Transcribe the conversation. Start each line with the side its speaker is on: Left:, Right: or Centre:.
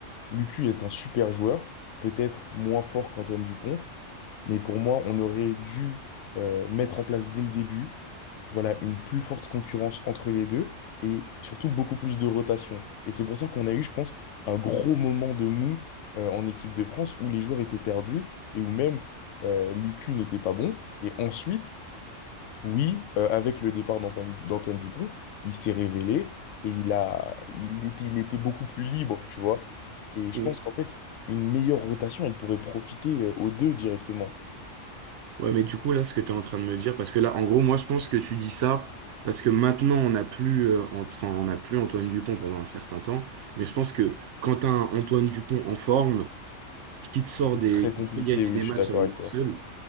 Left: Lucu est un super joueur, peut-être moins fort qu'Antoine Dupont, mais pour moi, on aurait dû euh, mettre en place dès le début, voilà, une plus forte concurrence entre les deux et surtout beaucoup plus de rotation. Et c'est pour ça qu'on a eu, je pense, un gros moment de mou euh, en équipe de France où les joueurs étaient perdus et où même euh, Lucu n'était pas bon. Et ensuite, oui, euh, avec le départ d'Antoine d'Antoine Dupont, il s'est révélé et il a, il était, il était beaucoup plus libre, tu vois. Et je
Right: Mhm.
Left: pense qu'en fait, une meilleure rotation, elle pourrait profiter euh, aux deux directement.
Right: Ouais, mais du coup, là, ce que tu es en train de me dire, parce que là, en gros, moi, je pense que tu dis ça parce que maintenant, on n'a plus, euh, Ant- enfin, on n'a plus Antoine Dupont pendant un certain temps. Mais je pense que quand tu un Antoine Dupont en forme, qui te sort des,
Left: Très compliqué,
Right: qui te fait gagner
Left: oui,
Right: des
Left: je
Right: matchs
Left: suis d'accord
Right: à lui
Left: avec
Right: tout
Left: toi.
Right: seul,